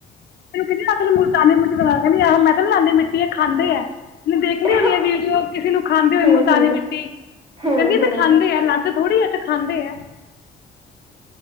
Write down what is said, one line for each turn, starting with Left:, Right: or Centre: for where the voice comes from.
Left: ਮੈਂਨੂ ਕਹਿੰਦੀ ਰਾਤ ਨੂੰ ਮੁਲਤਾਨੀ ਮਿੱਟੀ ਬਣਾਲੇ, ਆ ਮੈਂ ਤਾ ਨੀ ਲਾਂਦੀ ਮਿੱਟੀ, ਐ ਖਾਂਦੇ ਆ। ਓਹਨੇ ਦੇਖਲੀ
Right: ਹਮ
Left: ਹੋਣੀ ਏ ਵੀਡੀਓ, ਕਿਸੇ ਨੂੰ ਖਾਂਦੇ ਹੋਏ
Right: ਹਮ
Left: ਮੁਲਤਾਨੀ ਮਿੱਟੀ। ਕਹਿੰਦੀ
Right: ਹਮ
Left: ਏ
Right: ਹਮ
Left: ਤੇ ਖਾਂਦੇ ਆ, ਲਾਂਦੇ ਥੋੜੀ ਆ ਐਤੇ ਖਾਂਦੇ ਆ।